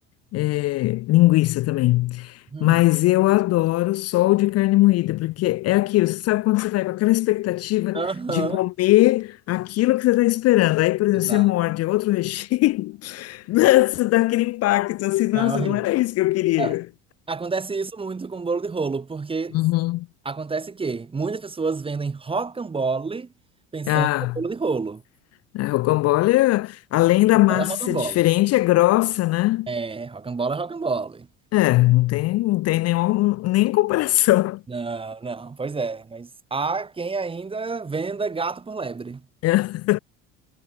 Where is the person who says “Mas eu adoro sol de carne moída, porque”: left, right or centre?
Left